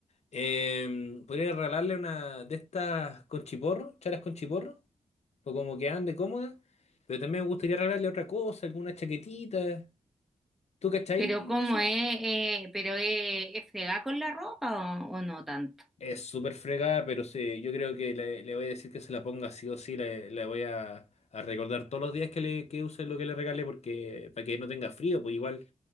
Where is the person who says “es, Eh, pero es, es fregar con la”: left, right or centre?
Centre